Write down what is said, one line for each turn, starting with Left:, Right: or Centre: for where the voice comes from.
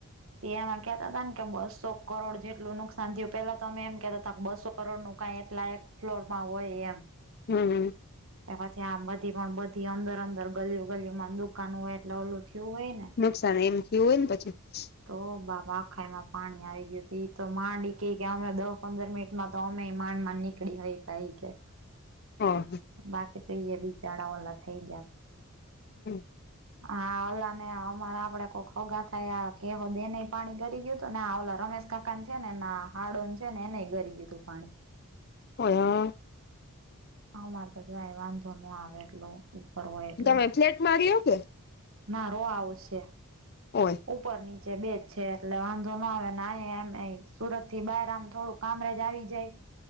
Right: તે એમાં કેતા તા ને કે બસો કરોડ જેટુંલુ નુકસાન થયું પેલા તો અમે એમ કેતા હતા બસો કરોડ નુ કઈ એટલાય એક ફ્લોર માં હોય એમ.
Left: હમ્મ હમ.
Right: કે પછી આમ બધી પણ બધી અંદર અંદર ગલી ગલીઓ માં દુકાન હોય એટલે ઓલું થયું હોય ને
Left: નુકસાન એમ કેવું હોય ને પછી
Right: તો બાપા આખામાં પાણી આવી ગયું તું ઈ તો માંડ કે કે અમે દ પંદર મિનિટ માં તો અમે માંડ માં નીકડી હય કા ઈ કે
Left: હ
Right: બાકી તો ઈએ બીચાડા ઓલા થઈ ગ્યા.
Left: હમ
Right: હા ઓલાને આ અમારા આપડે કોક હગા થાય આ કેવ દે નેએ પાણી ગરી ગયું તું ને આ ઓલા રમેશ કાકાને છે ને એના હાડો ન છે ને એને એ ગરી ગયું તું પાણી.
Left: ઓય હહ.
Right: અમારે તો જોય વાંધો ન આવે એટલો ઉપર હોય એટલે
Left: તમે ફ્લેટમાં રહ્યો કે
Right: ના રો હાઉસ છે.
Left: હોય.
Right: ઉપર નીચે બેજ છે એટલે વાંધો ના આવે ને આયા એમ નય સુરત થી બાર આમ થોડું કામરેજ આવી જાય.